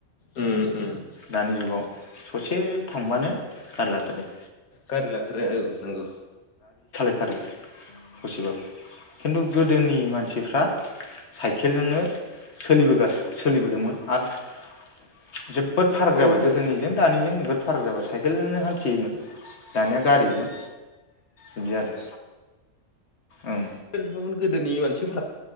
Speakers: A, on the left; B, on the left.
A: उम उम
B: दानि जुगाव ससे थांबानो गारोलाथारो
A: गारि लाथारो औ नंगौ
B: थारगोन ससेबाबो खिन्थु गोदोनि मानसिफ्रा साइकेलजोंनो सोलिबोगास सोलिबोदोंमोन आरो जोबोद फाराग
A: औ
B: जाबाय गोदोनिजों दानिजों ओगद फाराग जाबाय साइकेलजोंनो हान्थियोमोन दानिया गारिजों बिदि आरो ओं
A: नोथाङाबो गोदोनि मानस <unintelligible>